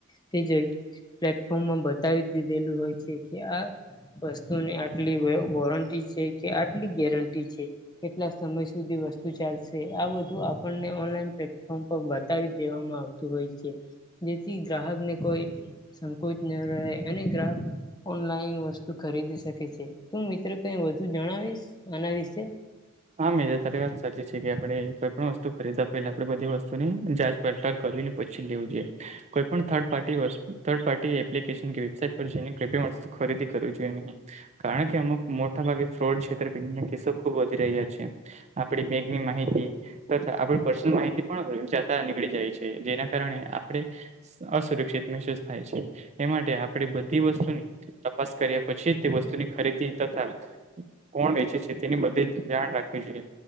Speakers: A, on the left (about 20°); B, on the right (about 35°).
A: તે પ્લેટફોર્મ માં બતાવી દીધેલું હોય છે. કે આ વસ્તુની આટલી વોરંટી છે કે આટલી ગેરંટી છે. કેટલા સમય સુધી વસ્તુ ચાલશે આ બધું આપણને ઓનલાઈન પ્લેટફોર્મ પર બતાવી દેવામાં આવ. હોય છે, જેથી ગ્રાહકને કોઈ સંકોચ ન રહે અને ગ્રાહક ઓનલાઈન વસ્તુ ખરીદી શકે છે તું મિત્ર કઈ વધુ જણાવીશ? આના વિશે
B: હા મેજા તારી વાત સાચી છે. કે આપડે કોઈ પણ વસ્તુ ખરીદવા પહેલા આપણે બધી વસ્તુ ની જાંચ પડતાલ કરીને પછી જ લેવું જોઈએ. કોઈ પણ થર્ડ પાર્ટી વસ્તુ થર્ડ પાર્ટી એપ્લિકેશન કે વેબસાાઈટ પર છે ક વસ્ત ખરીદી કરવી જોઈએ નહી, કારણ કે અમુક ફ્રોડ છેતરપિંડી ના કેસો ખુબ વધી રહ્યા છે આપડી બેંકની માહિતી. આપણ પર્સનલ માહિતી પણ જતા નીકળી જાય છે જેના કારણે આપણે અસુરક્ષિત મહેસૂસ થાય છે, એ માટે આપડી બધી વસ્તુની તપાસ કર્યા પછી તે વસ્તુની ખરીદી તથા. કોણ વેચે છે તેની બધે ધ્યાન રાખવી જોઈએ,